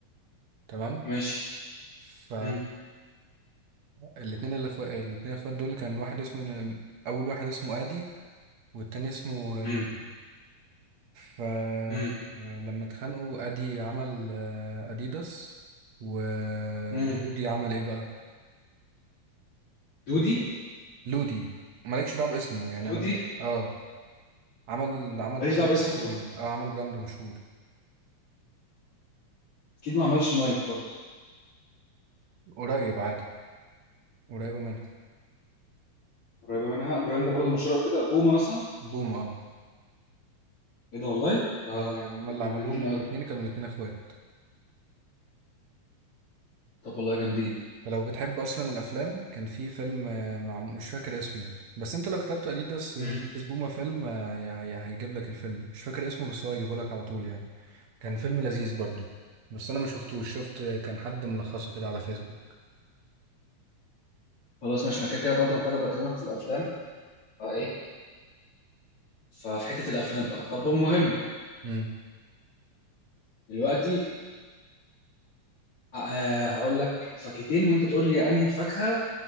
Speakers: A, on the right; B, on the left.
A: تمام
B: ماشي
A: ف
B: امم
A: الاتنين الاخو... الاتنين الاخوات دول كان واحد اسمه اول واحد اسمه ادي والتاني اسمه
B: امم
A: لودي فلما
B: امم
A: اتخانقوا ادي عمل آه، اديداس ولودي
B: امم
A: عمل ايه بقى
B: دودي
A: لودي مالكش دعوه باسمه يعني
B: دودي
A: انا ب... اه عمل عمل
B: ماليش
A: براند
B: دعوة باسم
A: مشهور
B: فا
A: يعني اه عمل براند مشهور
B: اكيد ما عملش نايك برضه
A: قريب عادي قريبة منها
B: قريبة منها براند برضه مشهورة قوي كده بوما مثلا
A: بوم اه
B: ايه ده والله آه
A: اه يعني هما
B: دول
A: اللي عملوهم
B: جامدين قوي
A: الاتنين كانوا الاتنين اخوات
B: طب والله جامدين
A: فلو بتحب اصلا الافلام كان في فيلم آه، مع مش فاكر اسمه بس انت لو كتبت اديداس
B: امم
A: بس بوما فيلم آه، هي هي هيجيب لك الفيلم مش فاكر اسمه بس هو هيجيبه لك على طول يعني كان فيلم لذيذ برضو بس انا ما شفتوش شفت آه، كان حد ملخصه كده على فيسبوك
B: خلاص ماشي انا كده كده برضه محتاج ابقى اكلمك في الافلام فايه ففي حته الافلام بقى طب المهم
A: امم
B: دلوقتي آه هقول لك فاكهتين وانت تقول لي انهي فاكهه